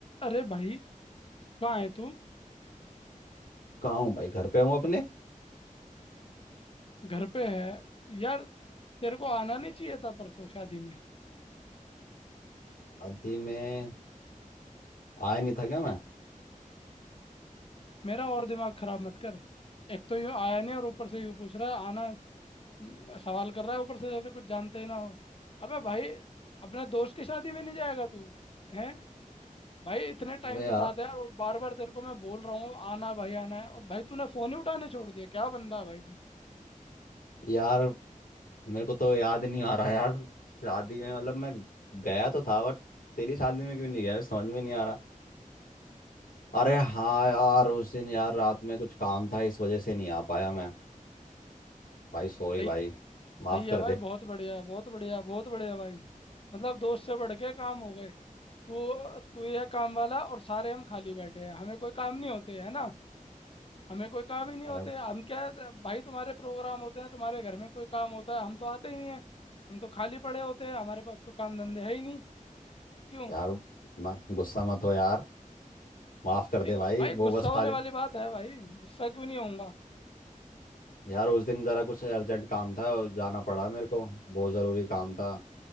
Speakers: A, on the left; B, on the left.
A: अरे भाई कहाँ है तू
B: कहाँ हूँ भाई घर पे हूँ अपने
A: घर पे है यार तेरे को आना नहीं चाहिए था परसों शादी में
B: शादी में आया नहीं था क्या मैं
A: मेरा और दिमाग खराब मत कर एक तो यूं आया नहीं और ऊपर से यूं पूछ रहा है आना हम्म, सवाल कर रहा है ऊपर से जैसे कुछ जानते ही ना हो अबे भाई अपने दोस्त की शादी में नहीं जाएगा तू हैं भाई इतने टाइम
B: अबे यार
A: से साथ है यार और बार बार तेरे को मैं बोल रहा हूँ आना भाई आना है और भाई तूने फोन ही उठाने छोड़ दिया क्या बंदा है भाई तू
B: यार मेरे को तो याद नहीं आ रहा यार शादी में मतलब मैं गया तो था बट तेरी शादी में क्यों नहीं गया समझ में नहीं आ रहा अरे हाँ यार उस दिन यार रात में कुछ काम था इस वजह से नहीं आ पाया मैं भाई सॉरी
A: सही
B: भाई माफ
A: सही है
B: कर
A: भाई
B: दे
A: बहुत बढ़िया है बहुत बढ़िया बहुत बढ़िया भाई मतलब दोस्त से बढ़ के काम हो गए तू तू ये काम वाला और सारे हम खाली बैठे हैं हमें कोई काम नहीं होते है ना हमें कोई काम ही नहीं होते
B: अरे
A: हम क्या है, भाई तुम्हारे प्रोग्राम होते हैं तुम्हारे घर में कोई काम होता है हम तो आते ही नहीं है हम तो खाली पड़े होते हैं हमारे पास कोई काम धंधे है ही नहीं क्यों
B: यार इतना गुस्सा मत हो यार माफ कर
A: नहीं
B: दे
A: गु-
B: भाई
A: भाई
B: वो
A: गुस्सा
B: बस खा
A: होने वाली
B: ले
A: बात है भाई गुस्सा क्यों नहीं होऊंगा
B: यार उस दिन जरा कुछ अर्जेंट काम था जाना पड़ा मेरे को बहुत ज़रूरी काम था